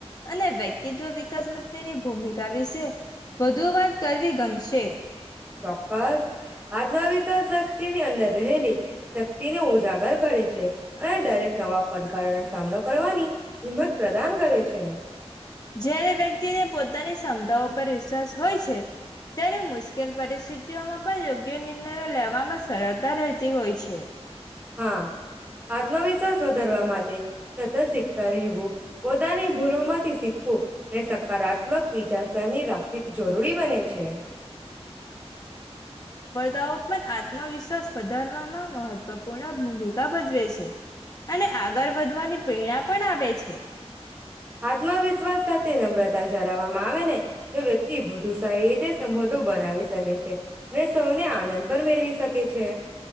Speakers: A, on the left (about 35°); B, on the right (about 15°).
A: અને વ્યક્તિત્વ વિકાસમાં તેની ભૂમિકા વિશે, વધુ વાત કરવી કમશે
B: ચોક્કસ આત્મવિશ્વાસ શતિની અંદર રહેલી શક્તિને ઉજ જાગર કરે છે, અને દરેક નવા પડકારોનો સામનો કરવાની હિંમત પ્રદાન કરે છે.
A: જયારે વ્યક્તિ ને પોતાની સમ કમદા પરર વિશ્વાસ હોય છે ત્યારે મુશ્કેલ પડ છે. વા <inaudible> માં પણ યોગ્ય નિંદ. <inaudible> લેવામાં સરળતા રહેતી હોય છે. છે <inaudible>
B: હા! આત્મવિશ્વાસ વધારવા માટે, સતત શીખતા રહેવું. પોતાની ભૂલો માંથી ફો ને સકારાત્મક વિચારસરણી રાખવી જરૂરી બને છે.
A: તો પણ, આત્મવિશ્વાસ વધારવામાં મહત્વપૂર્ણ ભૂમિકા ભજવે છે. અને આગળ વધવાની પ્રેરણા પણ આપે છે.
B: આત્મવિશ્વાસ સાથે નમ્રતા ચરાવવામાં આવે ને તો, વ્યક્તિ વધુ સારી રીતે સંબંધો બનાવી શકે છે. અને સૌને આનંદ પણ મેળવી શકે છે.